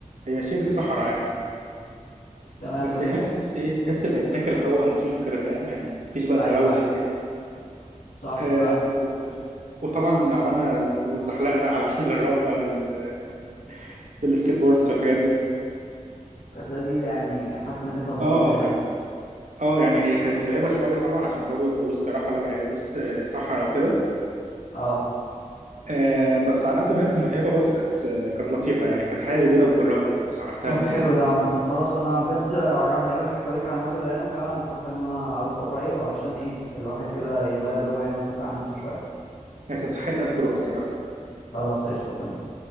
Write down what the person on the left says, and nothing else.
تمام
جميل
أيوه
أيوه
صح
فعلا
كانت لذيذة يعني حاسس إنك أنت اتبسطت
هناك
اه
طب
حلو
ده عامة خلاص انا بجد عجبني قوي حكاويك عن وادي الريان وفعلا بفكر ان انا اروح قريب علشان ايه الواحد كده يغير جو يعني ويفك عن نفسه شوية
خلاص قشطة تمام